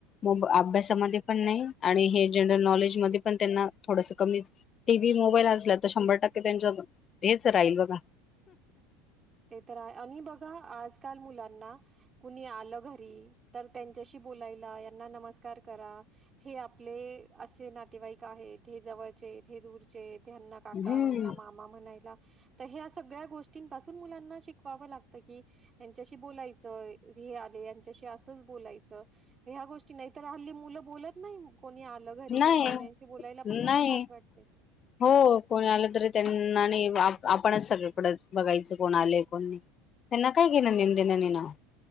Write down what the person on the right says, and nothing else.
ते तर आहे आणि बघा आजकाल मुलांना.... कुणी आलं घरी तर त्यांच्याशी बोलायला यांना नमस्कार करा. हे आपले असे नातेवाईक आहेत हे जवळचे हे दूरचे..... ह्यांना काका
ह्यांना मामा म्हणाला ह्या सगळ्या गोष्टींपासून..... मुलांना शिकवावं लागतं की..... यांच्याशी बोलायचं हे आले यांच्याशी असंच बोलायचं.... ह्या गोष्टी नाही तर हल्ली मुलं बोलत नाही. कोणी आलं घरी
तर पाहुण्याशी बोलायला पण त्यांना
लाज वाटते.